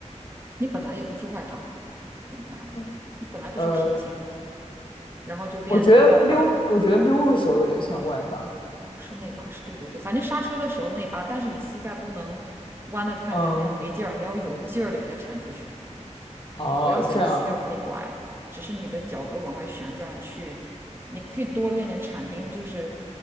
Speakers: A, on the right; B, on the left.
A: 你本来也不是外八吧？等一下，让我想想，
B: 嗯，
A: 你本来不是平行的吗？
B: 呃，
A: 然后就变倒八，
B: 我觉得溜，我觉得溜的时候有点像外八。
A: 哦哦，是内八，是对对对，反正刹车的时候内八，但是你膝盖不能弯的太厉害，
B: 嗯，
A: 那样没劲儿，你要有劲儿的给它铲出去，
B: 哦，
A: 就不要想着膝盖往里拐，
B: 这样，
A: 只是你的脚跟儿往外旋转去，你可以多练练铲冰，就是